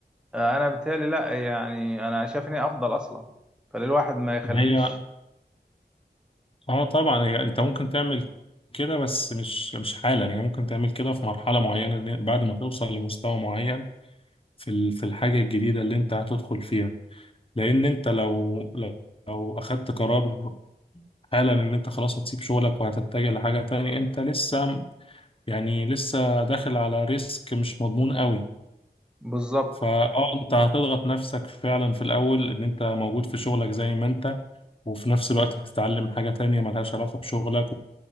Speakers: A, in the centre; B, on the left (about 30°).
A: آه، انا بالتالي لا يعني انا شايفني افضل اصلا فللواحد ما يخليش
B: هي اه طبعا هي انت ممكن تعمل كده بس مش مش حالا يعني ممكن تعمل كده في مرحلة معينة إن بعد ما توصل لمستوى معين في ال- في الحاجة الجديدة اللي انت هتدخل فيها لان انت لو لو لو اخدت قرار حالا ان انت خلاص هتسيب شغلك وهتتجه لحاجة تانية انت لسه يعني لسه داخل على ريسك مش مضمون قوي
A: بالظبط
B: فاه انت هتضغط نفسك فعلا في الاول ان انت موجود في شغلك زي ما انت وفي نفس الوقت بتتعلم حاجة تانية ملهاش علاقة بشغلك